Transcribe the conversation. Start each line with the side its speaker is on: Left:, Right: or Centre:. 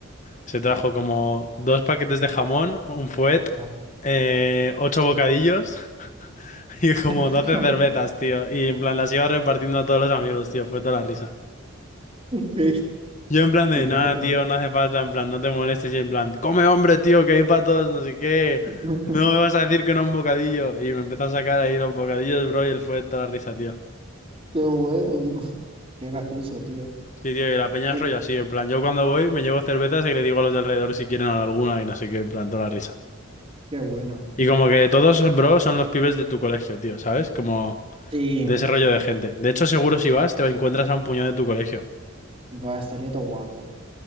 Left: se trajo como dos paquetes de jamón, un fuet,
Right: Ah,
Left: eh, ocho bocadillos <laughs> y como
Right: <laughs>
Left: doce cervezas, tío. Y en plan, las iba repartiendo a todos los amigos, tío, fue toda la risa.
Right: qué,
Left: Yo en plan de,
Right: qué capo.
Left: nada, tío, no hace falta, en plan, no te molestes, y en plan, come hombre, tío, que hay para todos, no sé qué,
Right: <laughs>
Left: no me vas a decir que no un bocadillo, y me empezó a sacar ahí los bocadillos, bro, y él fue toda la risa, tío.
Right: Qué bueno, qué, qué gracioso, tío.
Left: Sí, tío, y la peña
Right: Qué,
Left: es rollo así, en plan, yo cuando voy me llevo cervezas y le digo a los de alrededor si quieren alguna y no sé qué, en plan, toda la risa.
Right: qué bueno.
Left: Y como que todos, bro, son los pibes de tu colegio, tío, ¿sabes? Como
Right: Sí,
Left: de ese rollo de gente. De hecho, seguro si vas, te encuentras a un puñado de tu colegio,
Right: va, estaría todo guapo.